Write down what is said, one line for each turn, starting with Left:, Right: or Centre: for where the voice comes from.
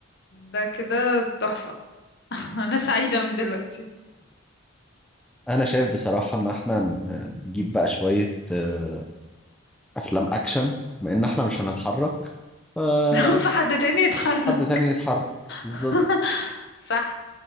Left: ده كده تحفة <laughs> انا سعيدة من دلوقتي
Centre: انا شايف بصراحة ان احنا ن- نجيب بقى شوية آه، افلام اكشن بما ان احنا مش هنتحرك فحد
Left: <laughs> فحد تاني يتحرك
Centre: تاني يتحرك بالظبط
Left: <laughs> صح